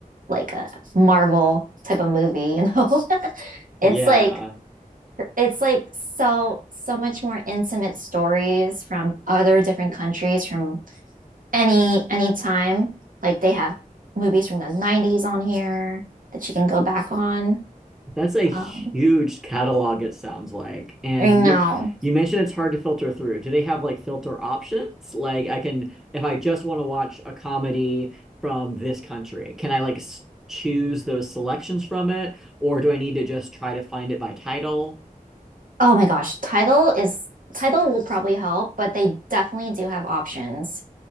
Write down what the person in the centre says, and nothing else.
Yeah.
That's a huge
catalog, it sounds like. And
you you mentioned it's hard to filter through. Do they have like filter options? Like I can if I just want to watch a comedy from this country, can I like s choose those selections from it or do I need to just try to find it by title?